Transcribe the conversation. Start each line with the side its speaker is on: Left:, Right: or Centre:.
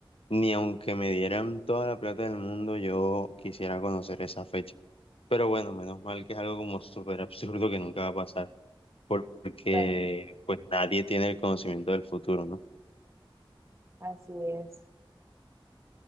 Left: ni aunque me dieran toda la plata del mundo, yo quisiera conocer esa fecha. Pero bueno, menos mal que es algo como súper absurdo que nunca va a pasar, porque
Right: Total,
Left: pues nadie tiene el conocimiento del futuro, ¿no?
Right: Así es.